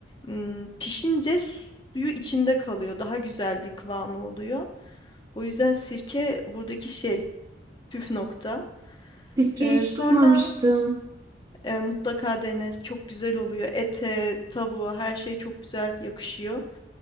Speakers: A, on the left; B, on the right.
A: ım, pişince suyu içinde kalıyor. Daha güzel bir kıvamı oluyor. O yüzden sirke buradaki şey püf nokta.
B: Türkiye
A: Ee,
B: hiç
A: sonra
B: duymamıştım.
A: e, mutlaka dene. Çok güzel oluyor. Ete, tavuğa her şey çok güzel yakışıyor.